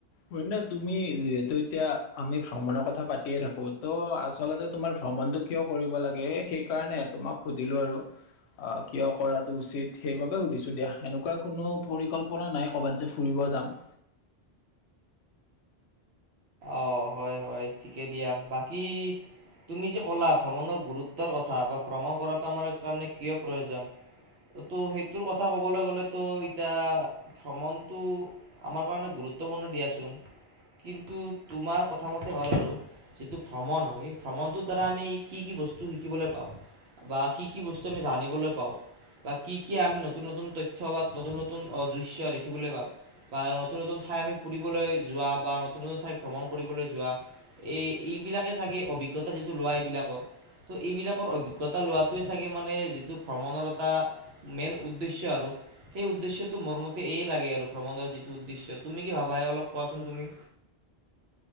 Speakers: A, on the left; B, on the right.
A: হয় নে তুমি যিহেতু এতিয়া আমি ভ্ৰমণৰ কথা পাতিয়ে থাকো। ত' আচলতে তোমাৰ ভ্ৰমণটো- কিয় কৰিব লাগে সেইকাৰণে তোমাক সুধিলো আৰু। অ', কিয় কৰাটো উচিত সেইবাবে সুধিছো দিয়া। সেনেকুৱা কোনো- পৰিকল্পনা নাই ক'ৰবাত যে ফুৰিব যাম।
B: অ', হয়-হয় ঠিকে দিয়া। বাকী'- তুমি যে ক'লা ভ্ৰমণৰ গুৰুত্বৰ কথা বা ভ্ৰমণ কৰাটো আমাৰ কাৰণে কিয় প্ৰয়োজন। ত' তো সেইটোৰ কথা ক'বলৈ গ'লেতো এতিয়া ভ্ৰমণটো- আমাৰ কাৰণে গুৰুত্বপূৰ্ণ দিয়াচোন। টো তোমাৰ কথামতে হ'ল আৰু। যিটো ভ্ৰমণ হয় সেই ভ্ৰমণটোৰ দ্বাৰা আমি কি কি বস্তু শিকিবলৈ পাওঁ- বা কি কি বস্তু আমি জানিবলৈ পাওঁ- বা কি কি আমি নতুন-নতুন তথ্য বা নতুন-নতুন অ' দৃশ্য দেখিবলৈ পাওঁ। বা নতুন-নতুন ঠাই আমি ফুৰিবলৈ যোৱা বা- নতুন-নতুন ঠাইত ভ্ৰমণ কৰিবলৈ যোৱা এইবিলাকে চাগে অভিজ্ঞতা লোৱা এইবিলাকৰ। ত' এইবিলাকৰ অভিজ্ঞতা লোৱাটোৱে চাগে মানে যিটো ভ্ৰমণৰ এটা- মেইন উদ্দেশ্য আৰু। সেই উদ্দেশ্যটো মোৰ মতে এইয়ে লাগে আৰু ভ্ৰমণৰ যিটো উদ্দেশ্য। তুমি কি ভাবা অলপ কোৱাচোন তুমি?